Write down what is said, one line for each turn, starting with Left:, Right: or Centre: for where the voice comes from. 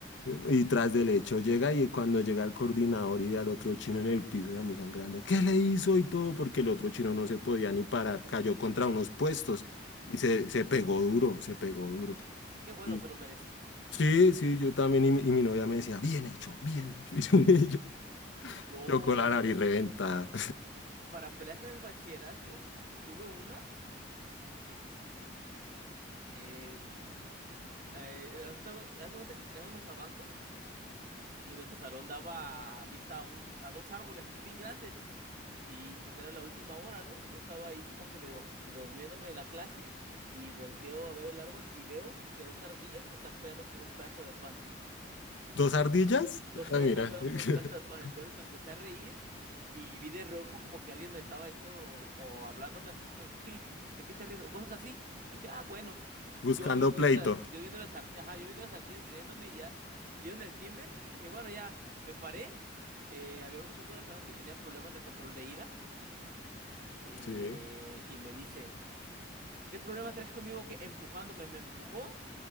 Left: Y tras del hecho llega y cuando llega el coordinador y ve al otro chino en el piso y a mí sangrando, ¿qué le hizo? Y todo, porque el otro chino no se podía ni parar, cayó contra unos puestos y se, se pegó duro, se pegó duro.
Right: Qué bueno,
Left: Y
Right: se lo merecí.
Left: sí, sí, yo también y, mi y mi novia me decía, bien hecho, bien hecho. <laughs> Y yo, y yo-
Right: Yo,
Left: yo con la nariz reventada.
Right: para peleas en el bachillerato, tuve una. Eh, eh, haz de haz de cuenta que teníamos mesabancos y nuestro salón daba a vista a, un, a dos árboles así bien grandes. Y pues era la última hora, ¿no? Yo estaba ahí como que medio durmiéndome en la clase y volteo a ver el árbol y veo que dos ardillas se están peleando por un pedazo de pan.
Left: <laughs> ¿Dos ardillas?
Right: Dos
Left: Ah,
Right: áreas
Left: mira,
Right: están pegados por un pedazo
Left: <laughs>
Right: de pan. Entonces me empecé a reír y vi de rojo como que alguien me estaba diciendo o, o hablándome así como de que, ¿qué? ¿De qué te ríes? O cosas así. Y dije, ah, bueno.
Left: buscando
Right: Yo viendo
Left: pleito.
Right: las, yo viendo las, ar- ajá, yo viendo las ardillas riéndome y ya dieron el timbre. Dije, bueno, ya me paré. Eh, había un chico en el salón que tenía problemas de control de ira eh,
Left: Sí.
Right: y me dice, ¿qué problema traes conmigo? Que empujándome, me empujó